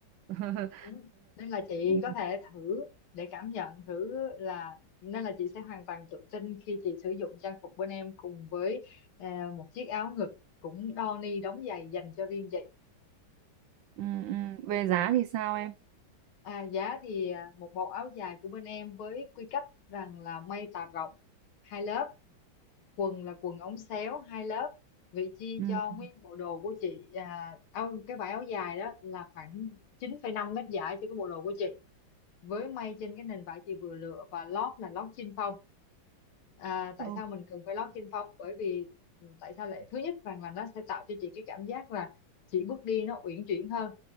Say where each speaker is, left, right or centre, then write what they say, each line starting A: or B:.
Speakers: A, on the right (about 75°); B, on the left (about 85°).
A: <laughs>
B: Ừ. nên là chị
A: ừ,
B: có thể thử để cảm nhận thử là nên là chị sẽ hoàn toàn tự tin khi chị sử dụng trang phục bên em cùng với à, một chiếc áo ngực cũng đo ni đóng giày dành cho riêng chị
A: ừ, ừ. về
B: Dạ.
A: giá thì sao em
B: À, giá thì à, một bộ áo dài của bên em với quy cách rằng là may tà rộng hai lớp, quần là quần ống xéo hai lớp. Vị chi
A: ừ.
B: cho nguyên bộ đồ của chị à, áo cái vải áo dài đó là khoảng chín phẩy năm mét giải cho cái bộ đồ của chị với may trên cái nền vải chị vừa lựa và lót là lót chin phong à, tại
A: Ừ.
B: sao mình cần phải lót chin phong bởi vì ừ, tại sao lại thứ nhất rằng là nó sẽ tạo cho chị cái cảm giác là chị bước đi nó uyển chuyển hơn